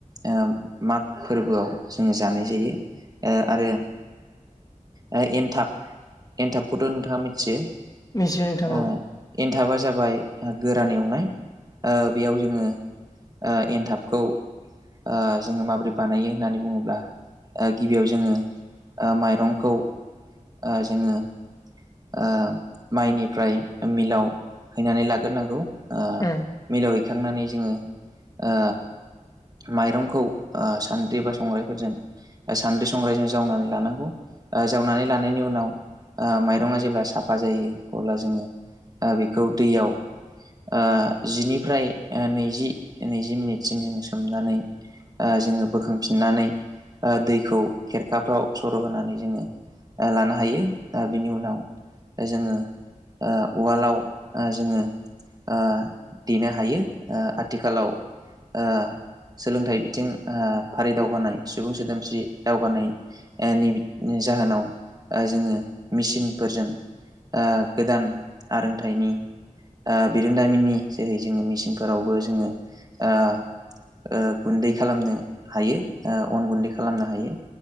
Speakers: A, on the right (about 30°); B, on the left (about 25°).
A: ओ माग फोरबोआव जोङो जानाय जायो ओ आरो ओ एनथाब एनथाबखौथ' नोंथाङा मिथियो
B: मिथियो नोंथां औ
A: ओ एनथाबा जाबाय गोरान एवनाय बेयाव ओ जोङो ओ एन्थाबखौ ओ जोङो माबोरै बानायो होननानै बुङोब्ला ओ गिबियाव जोङो ओ माइरंखौ ओ जोङो ओ माइनिफ्राय मिलाव हैनानै लाग्रोनांगौ ओ
B: उम
A: मिलाव हैखांनानै जोङो ओ माइरंखौ ओ सान्द्रि बा संग्राइफोरजों सान्द्रि संग्राइजों जावनानै लानांगोन जावनानै लानायनि उनाव ओ माइरङा जेब्ला साफा जायो अब्ला जोङो ओ बेखौ दैयाव ओ जिनिफ्राय ओ नैजि नैजि मिनिटसिम जोङो सोमनानै ओ जोङो बोखांफिननानै ओ दैखौ खेरखाफ्राव सर' होनानै जोङो ओ लानो हायो ओ बिनि उनाव जोङो ओ उवालाव ओ जोङो ओ देनो हायो ओ आथिखालाव ओ सोलोंथाइ बिथिं ओ फारि दावगानाय सुबुं सोदोमस्रि दावगानाय ओ जाहोनाव ओ जोङो मेसिनफोरजों ओ गोदान आरोंथाइनि ओ बिरोंदामिननि जोहै जोङो मेसिनफोरावबो जोङो ओ ओ गुन्दै खालामनो हायो ओ अन गुन्दै खालामनो हायो